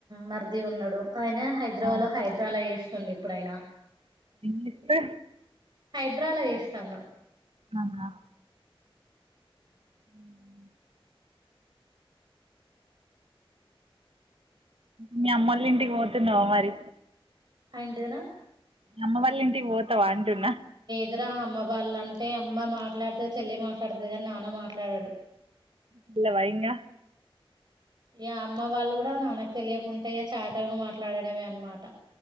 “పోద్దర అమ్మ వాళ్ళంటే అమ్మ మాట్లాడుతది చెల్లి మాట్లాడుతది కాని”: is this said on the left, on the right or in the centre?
Right